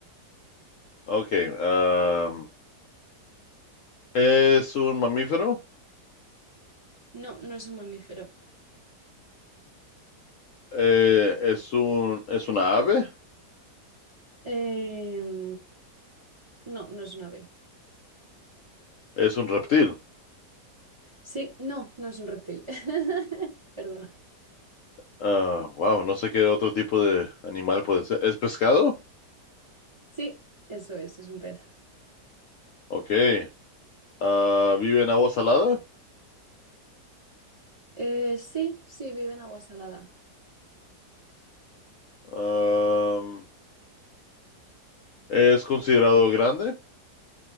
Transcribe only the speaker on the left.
Ok, am, ¿es un mamífero?
Eh, ¿es un, es una ave?
¿Es un reptil?
Ah, wow, no sé qué otro tipo de animal puede ser. ¿Es pescado?
Ok. Ah, ¿vive en agua salada?
Am, ¿es considerado grande?